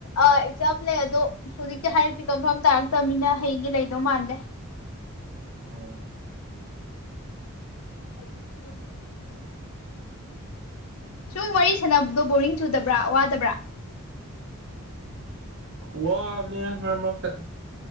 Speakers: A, on the left; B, on the right.
A: ꯑꯦꯛꯖꯥꯝ ꯂꯩ ꯑꯗꯣ ꯍꯧꯖꯤꯛꯇꯤ ꯍꯥꯏꯔꯤꯁꯤ ꯀꯝꯐ ꯇꯥꯔꯛꯇꯕꯅꯤꯅ ꯍꯩꯗꯤ ꯂꯩꯗꯧ ꯃꯥꯟꯗꯦ
B: ꯎꯝ
A: <unintelligible> ꯁꯨꯝ ꯋꯥꯔꯤ ꯁꯥꯟꯅꯕꯗꯣ ꯕꯣꯔꯤꯡ ꯆꯨꯗꯕ꯭ꯔꯥ ꯋꯥꯗꯕ꯭ꯔꯥ
B: ꯋꯥꯕꯅꯤꯅ ꯃꯔꯛ ꯃꯔꯛꯇ